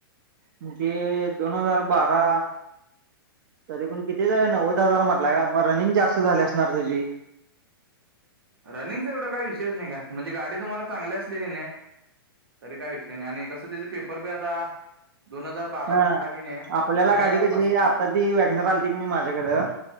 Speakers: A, on the right (about 55°); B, on the right (about 80°).
A: म्हणजे दोन हजार बारा तरी पण किती नव्वद हजार म्हटलं का मग रनिंग जास्त झाली असणार तची
B: रनिंगचा एवढा काय विषय होत नाही का म्हणजे गाडी तुम्हाला चांगली असली की नाही. तरी काय विषयीने आणि कसं त्याचे पेपर बी आता. दोन हजार बारा
A: हा
B: म्हटला की नाही
A: आपल्याला
B: दोन हजार
A: गाडी कशी
B: पस
A: आता ती वॅगन चालते की नाही माझ्याकडं.